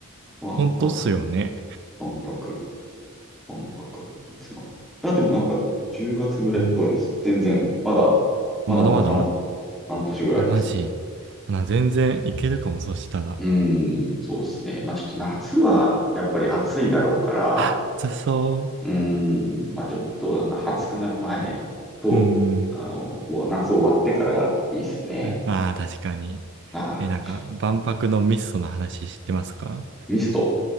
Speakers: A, in the centre; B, on the right.
A: 万博、
B: ほんとっすよね。
A: 万博、万博。いつまで。いや、でもなんか10月ぐらいっぽいです。
B: うん。
A: 全然、まだ、
B: まだまだ
A: まだまだ半、半年ぐらいありますよ。
B: あ、マジ。あな、全然いけるかも、そしたら。
A: うん、そうですね。まあちょっと夏はやっぱり暑いだろうから、
B: あ、暑そ
A: うん、まあちょっとあの暑くなる前と、
B: う。うん。
A: あの、お夏終わってからがいいですね。
B: うんああ、確かに。
A: ああ、
B: え、なんか、万博のミストの話知ってますか
A: ミスト。